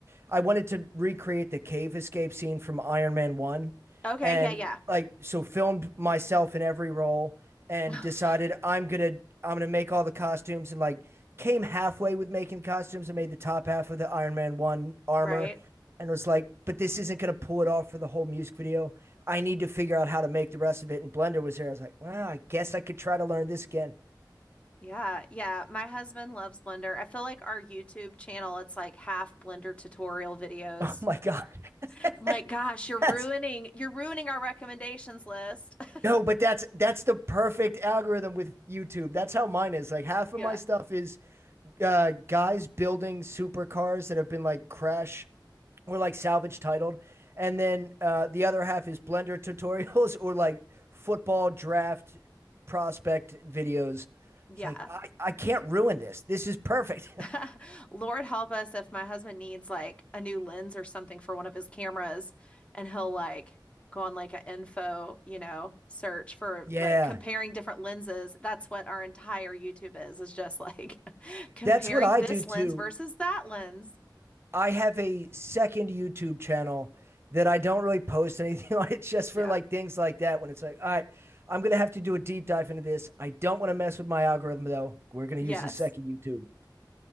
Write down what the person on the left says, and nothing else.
Okay,
yeah, yeah.
<laughs>
Fun.
Right.
Yeah, yeah. My husband loves Blender. I feel like our YouTube channel, it's like half Blender tutorial videos.
I'm like, gosh,
you're ruining
you're ruining our recommendations list. <laughs>
Yeah.
Yeah.
<laughs> Lord help us if my husband needs like a new lens or something for one of his cameras and he'll like go on like an info, you know, search for
like comparing different lenses. That's what our entire YouTube is, is just like <laughs> comparing
this
lens versus that lens.
Yeah.
Yes.